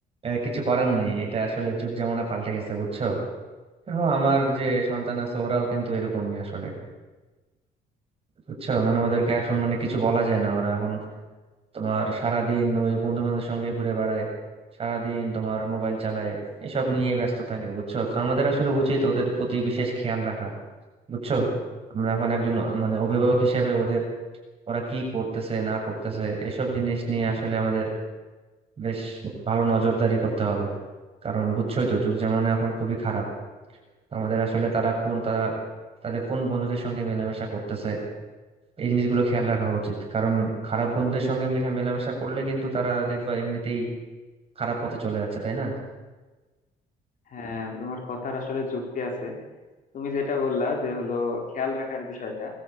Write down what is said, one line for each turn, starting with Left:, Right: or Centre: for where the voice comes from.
Right: কিছু করার নেই এটা আসলে যুগ জামানা পাল্টে গেছে বুঝছো দেখো আমার যে সন্তান আছে ওরাও কিন্তু এরকমই আসলে বুঝছো মানে ওদেরকে এখন মানে কিছু বলা যায় না ওরা এখন তোমার সারাদিন ওই বন্ধু বান্ধবের সঙ্গে ঘুরে বেড়ায় সারাদিন তোমার মোবাইল চালায় এসব নিয়ে ব্যস্ত থাকে বুঝছো তো আমাদের আসলে উচিত ওদের প্রতি বিশেষ খেয়াল রাখা বুঝছো আমরা এখন একজন মানে
Left: বুঝতে
Right: অভিভাবক
Left: পারছি
Right: হিসেবে ওদের ওরা কি করতেছে না করতেছে এসব জিনিস নিয়ে আসলে আমাদের বেশ ভালো নজরদারি করতে হবে কারণ বুঝছোই তো যুগ জামানা এখন খুবই খারাপ আমাদের আসলে তারা কোন তারা তাদের কোন বন্ধুদের সঙ্গে মেলামেশা করতেছে এই জিনিসগুলো খেয়াল রাখা উচিত কারণ খারাপ বন্ধুদের সঙ্গে মেশা মেলামেশা করলে কিন্তু তারা দেখবা এমনিতেই খারাপ পথে চলে যাচ্ছে তাই না
Left: হ্যাঁ তোমার কথার আসলে যুক্তি আছে তুমি যেটা বললা যে হলো খেয়াল রাখার বিষয়টা